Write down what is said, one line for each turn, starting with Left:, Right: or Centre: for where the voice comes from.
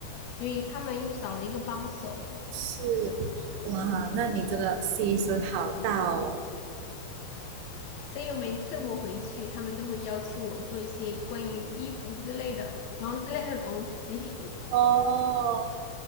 Left: 所以他们又少了一个帮手。
Right: 是，哇，那你这个牺牲好大哦，
Left: 所以每次我回去，他们都会要求我做一些关于衣服之类的、服装之类的东西。<laughs>
Right: 哦，